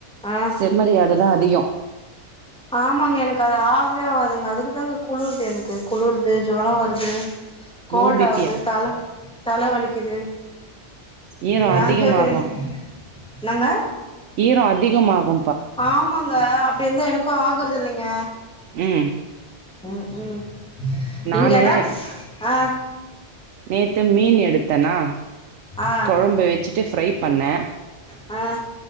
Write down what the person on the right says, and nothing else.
செம்மறி ஆடுதா அதிகோ
லோ பி பி யா
ஈரோ
அதிகமாகு
ஈரோ அதிகமாகு
ம்
நானு
நேத்து மீன் எடுத்தன்னா
கொழம்பு வச்சுட்டு ஃப்ரை பண்ணே